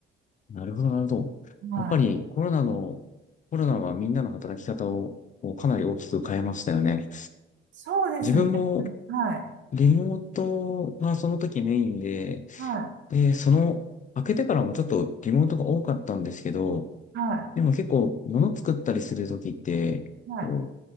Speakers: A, on the left; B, on the right.
A: なるほど、なるほど。
B: はい。
A: やっぱりコロナの、コロナはみんなの働き方をこうかなり大きく変えましたよね。
B: そうですね。
A: 自分も
B: はい。
A: リモートはその時メインで、
B: は
A: で、その、開けてからもちょっとリモートが多かったんですけど、
B: い。は
A: でも結構物作ったりする時って、
B: い。はい。
A: こ